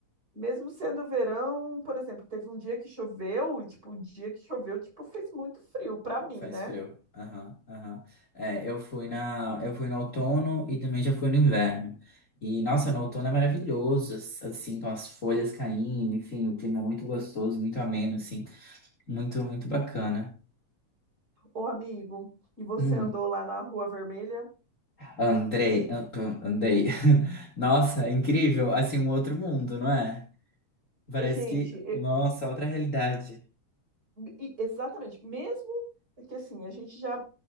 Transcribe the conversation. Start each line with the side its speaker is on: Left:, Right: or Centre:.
Right: mesmo sendo verão, por exemplo, teve um dia que choveu e, tipo, o dia que choveu, tipo, fez muito frio pra mim,
Left: Faz
Right: né?
Left: frio. Aham, aham. É, eu fui na, eu fui no outono e também já fui no inverno. E, nossa, no outono é maravilhoso, as- assim, com as folhas caindo, enfim, o clima muito gostoso, muito ameno, assim, muito, muito bacana.
Right: Ô, amigo, e você
Left: Hum.
Right: andou lá na Rua Vermelha?
Left: Andrei, an- p- andei. <laughs> Nossa, incrível, assim, um outro mundo, não é? Parece
Right: E, gente,
Left: que, nossa,
Right: e-
Left: outra realidade.
Right: E- exatamente. Mesmo que assim, a gente já